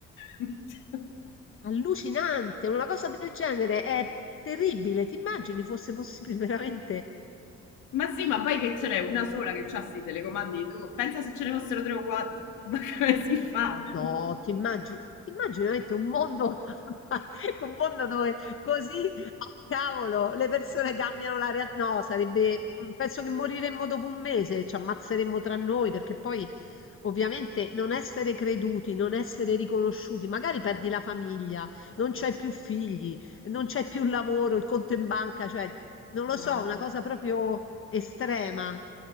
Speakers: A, on the left (about 85°); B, on the left (about 45°).
A: <laughs>
B: Allucinante, una cosa del genere è terribile. Ti immagini fosse possibile veramente?
A: ma sì, ma poi che ce n'è una sola che c'ha sti telecomandi, tu pensa se ce ne fossero tre o quattro, <laughs> ma come si fa? <laughs>
B: No, ti immagini ti immagini veramente un mondo <laughs> un mondo dove così a cavolo le persone cambiano la real No, sarebbe mh, penso che moriremmo dopo un mese, ci ammazzeremmo tra noi perché poi ovviamente non essere creduti, non essere riconosciuti, magari perdi la famiglia, non c'hai più figli, non c'è più lavoro, il conto in banca, cioè non lo
A: No,
B: so,
A: no, no.
B: una cosa proprio estrema.